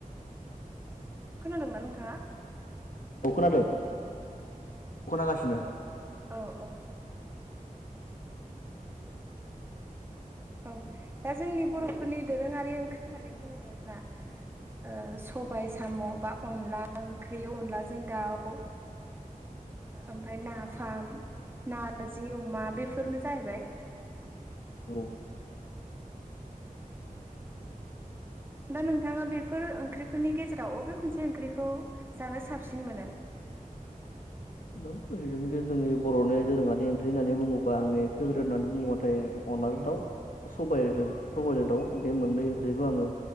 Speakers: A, on the right; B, on the left.
A: खोनादोंना नोंथाङा?
B: अ खोनादो खोनागासिनो।
A: औ औ। औ दा जोंनि बर'फोरनि दोरोङारि ओंख्रि होननानै बुङोब्लाना ओ सबाय साम' बा अनला ओंख्रि अनलाजों दाउ ओमफाय नाफाम नारजि अमा बेफोरनो जाहैबाय।
B: औ।
A: दा नोंथाङा बेफोर ओंख्रि <unintelligible> गेजेराव अबे मोनसे ओंख्रिखौ जानो साबसिन मोनो?
B: जोंनि बर'नि दोरोङारि ओंख्रि होननानै बुङोबा आंनि फेभरेट होन्नानै बुङोबाथाय अनलाजों दाउ सबाइ सबाइजों दाउ बे मोननै ओंख्रिखौ आङो